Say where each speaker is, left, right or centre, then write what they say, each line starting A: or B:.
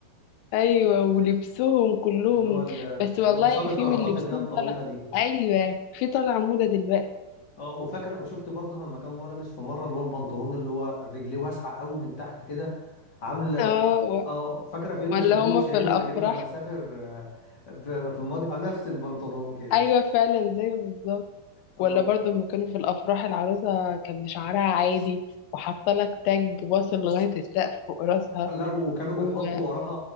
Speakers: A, on the left; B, on the left.
A: ايوه ولبسهم كلهم
B: اللي هو ال-
A: بس والله
B: القمصان الكراهات
A: في من لبسهم
B: اللي هي الطويلة
A: طلع
B: دي
A: ايوه في طالعه موضه دلوقتي
B: اه وفاكره وشفت برضه لما كان بقى لابس في مره اللي هو البنطلون اللي هو رجليه واسعه قوي من تحت كده عامله
A: اه
B: ف-
A: و-
B: اه فاكره فيلم
A: ولا
B: سمير
A: هم
B: وشهير
A: في الافراح
B: وبهير لما سافر آه، ب- في الماضي اه نفس البنطلون كده
A: ايوه فعلا زي بالظبط
B: اه
A: ولا برضه لما كانوا في الافراح العروسه كان بشعرها عادي وحاطه لك تاج واصل لغايه السقف فوق راسها
B: لا وكانوا بيحطوا
A: وهي
B: وراها